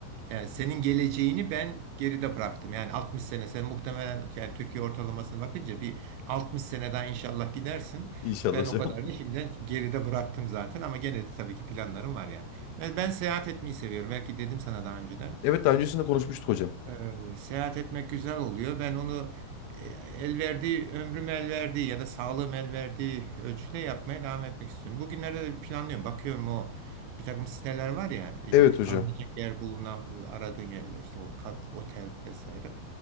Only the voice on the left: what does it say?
<laughs> İnşallah
hocam.
Evet daha öncesinde konuşmuştuk hocam.
Evet hocam.